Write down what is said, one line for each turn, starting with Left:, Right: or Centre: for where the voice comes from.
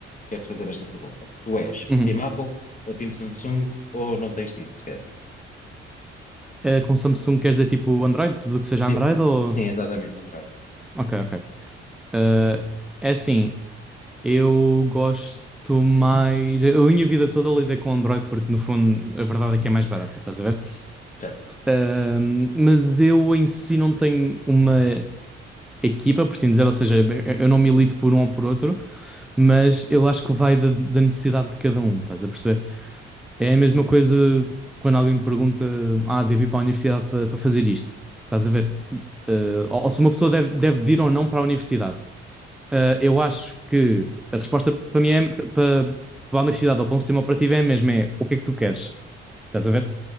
Left: quero-te fazer esta pergunta. Tu és
Centre: uhum.
Left: Team Apple ou Team Samsung ou não tens Team sequer?
Centre: Eh, com Samsung queres dizer tipo Android? Tudo que seja
Left: Ti-
Centre: Android ou.
Left: Sim, exatamente, Android.
Centre: Ok, ok. Eh, é assim, eu gosto mais. Eu, a minha vida toda lidei com Android porque, no fundo, a verdade é que é mais barato, estás a ver?
Left: Certo,
Centre: Ahm, mas eu em si não tenho uma equipa, por assim dizer, ou seja, eu não milito por um ou por outro, mas eu acho que vai da, da necessidade de cada um, estás a perceber? É a mesma coisa quando alguém me pergunta: Ah, devo ir para a universidade para, para fazer isto? Estás a ver? Eh, ou, ou se uma pessoa deve, deve ir ou não para a universidade. Eh, eu acho que a resposta para mim é para, para a universidade ou para um sistema operativo é mesmo: é o que é que tu queres? Estás a ver?